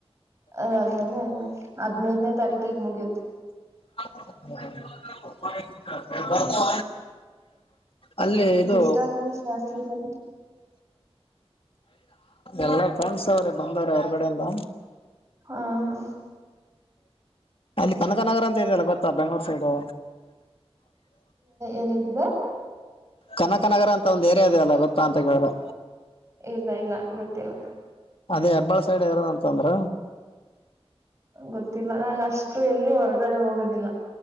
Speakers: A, on the right; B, on the left.
A: ಅದಾದ್ಮೇಲೆ ಹದ್ದನೈದ ತಾರೀಕಿಗೆ ಮುಗಿಯುತ್ತೆ
B: ಹ
A: ಹ್ಮ್
B: ಬ ಅಲ್ಲಿ ಇದು
A: ಡಿಸ್ಟರ್ಬೆನ್ಸ್ ಜಾಸ್ತಿ ಇದೆಲ್ಲ
B: ಎಲ್ಲಾ ಫ್ರೆಂಡ್ಸ್ ಅವ್ರೆ ಬಂದವ್ರೆ ಹೊರಗಡೆ ಇಂದ
A: ಹಾ ಹಾ
B: ಅಲ್ಲಿ ಕನಕನಗರ ಅಂತ ಇದೆಯಲ್ಲ ಗೊತ್ತಾ ಬೆಂಗ್ಳೂರ್ ಸೈಡು
A: ಏನಂತಿದೆ
B: ಕನಕನಗರ ಅಂತ ಒಂದ್ ಏರಿಯಾ ಇದೆ ಅಲ್ಲ ಗೊತ್ತಾ ಅಂತ ಕೇಳಿದ್ರೆ
A: ಇಲ್ಲ ಇಲ್ಲ ಗೊತ್ತಿಲ್ಲ
B: ಅದೇ ಹೆಬ್ಬಾಳ ಸೈಡ್ ಇರೋದ ಅಂತ ಅಂದ್ರ
A: ಗೊತ್ತಿಲ್ಲ ನಾನ ಅಷ್ಟು ಎಲ್ಲೂ ಹೊರಗಡೆ ಹೋಗೋದಿಲ್ಲ